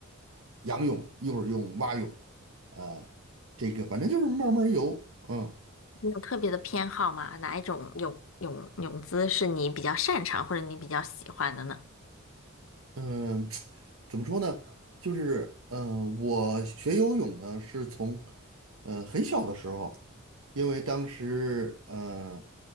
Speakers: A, on the right; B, on the left.
A: 仰泳，一会儿用蛙泳，啊、这个反正就是慢慢游，嗯。
B: 你有特别的偏好吗？哪一种泳泳泳姿是你比较擅长或者你比较喜欢的呢？
A: 嗯，<tsk> 怎么说呢？就是呃，我学游泳呢是从呃很小的时候，因为当时呃